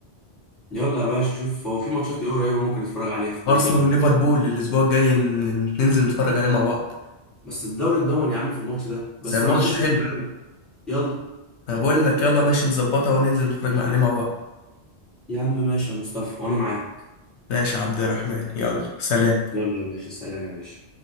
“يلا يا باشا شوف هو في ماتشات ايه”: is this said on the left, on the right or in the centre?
Centre